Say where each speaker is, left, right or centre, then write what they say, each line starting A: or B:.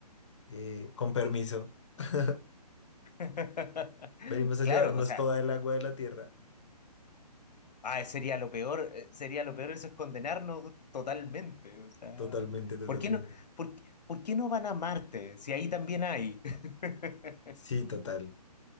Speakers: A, on the left; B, on the left.
A: eh, con permiso. <laughs>
B: <laughs>
A: Venimos a
B: Claro,
A: llevarnos
B: o sea,
A: toda el agua de la Tierra.
B: ah, sería lo peor, eh, sería lo peor eso es condenarnos totalmente. O sea,
A: Totalmente, totalmente.
B: ¿por qué no, por, qué por qué no van a Marte si ahí también hay? <laughs>
A: Sí, total.